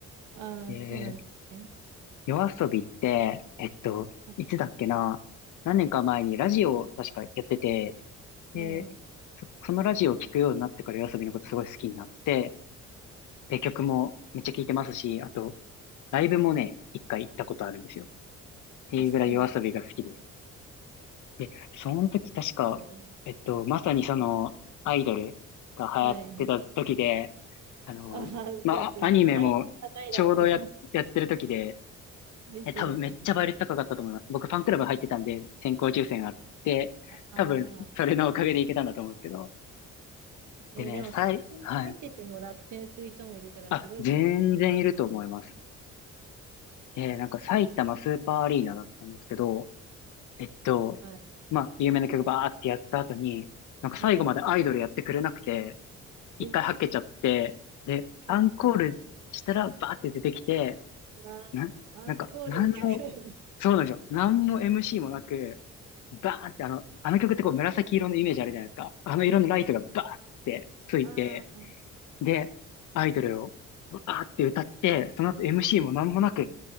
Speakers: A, on the right (about 70°); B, on the left (about 75°).
A: ああ、
B: で、
A: そうなんですね。
B: 夜遊びって、えっと、
A: あ
B: いつだっけな、何年か前にラジオを確かやってて、
A: はい。
B: で、そ、そのラジオを聴くようになってから夜遊びのことすごい好きになって、で、曲もめっちゃ聴いてますし、あと、ライブもね、一回行ったことあるんですよ。っていうぐらい夜遊びが好きです。
A: あ、そうなんだ。
B: で、その時確か、
A: おー
B: えっと、まさにその、アイドルが流行ってた時で、
A: はい。
B: あの、
A: ああ、
B: まあ、
A: じゃあ、めっちゃ大高いだろうな。
B: アニメもちょうどや、
A: <laughs>
B: やってる時で、
A: ですよね。
B: え、多分めっちゃ倍率高かったと思います。僕ファンクラブ入ってたんで先行抽選があって、
A: ああ。
B: 多分それのおかげでいけたんだと思うんですけど。
A: えーでも、
B: でね、さい、
A: そこに入ってても落選する人もいるから、
B: はい。あ、
A: すごいです。
B: 全然いると思います。で、なんか埼玉スーパーアリーナだったんですけど、えっと、
A: はい。
B: まあ、有名な曲バーってやった後に、なんか最後までアイドルやってくれなくて、
A: いい
B: 一回はっけちゃって、
A: え、
B: で、アンコールしたらバーって出てきて、
A: え、あー、
B: な、
A: アンコールの曲なんだ。
B: なんか、何もそうなんですよ。何も MC もなく、バーンってあの、あの曲ってこう紫色のイメージあるじゃないですか。あの色のライトがバーンってついて、
A: ああ、
B: で、アイドルをバーって歌って、その後 MC も何もなく、